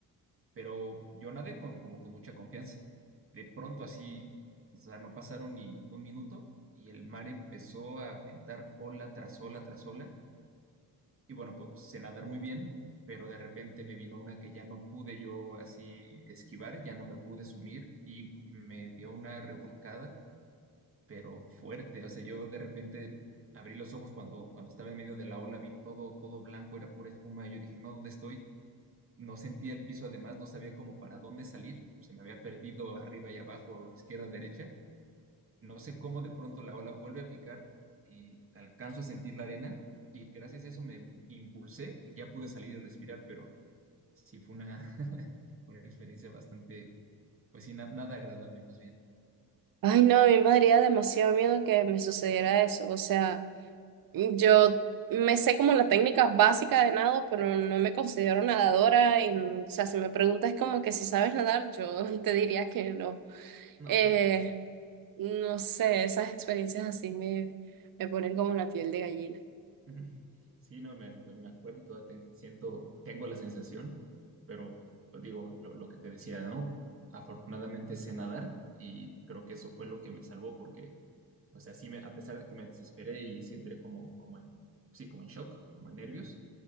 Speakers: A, on the right; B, on the right.
A: pero yo nadé con, como con mucha confianza. De pronto así, o sea, no pasaron ni un minuto y el mar empezó a aventar ola tras ola tras ola. Y bueno, pues sé nadar muy bien, pero de repente me vino una que ya no pude yo así esquivar, ya no me pude sumir y me dio una revolcada, pero fuerte. O sea, yo de repente abrí los ojos cuando, cuando estaba en medio de la ola, vi todo, todo blanco, era pura espuma. y Yo dije, no, ¿dónde estoy? No sentía el piso, además, no sabía cómo para dónde salir. Se me había perdido arriba y abajo, izquierda, derecha. No sé cómo de pronto la ola vuelve a picar y alcanzo a sentir la arena y gracias a eso me impulsé y ya pude salir y respirar, pero sí fue una, <laughs> una experiencia bastante, pues sí, na- nada agradable más bien.
B: Ay, no, a mí me daría demasiado miedo que me sucediera eso. O sea, yo me sé como la técnica básica de nado, pero no me considero nadadora. Y, o sea, si me preguntas como que si sabes nadar, yo <laughs> te diría que no.
A: Ok,
B: Eh, No sé, esas experiencias así me, me ponen como la piel de gallina.
A: <laughs> Ujú. Sí, no, me, me acuerdo y todavía te- siento, tengo la sensación, pero digo, lo, lo que te decía, ¿no? Afortunadamente sé nadar y creo que eso fue lo que me salvó porque o sea, sí, me, a pesar de que me desesperé y sí entré como, como en, sí, como en shock, como en nervios.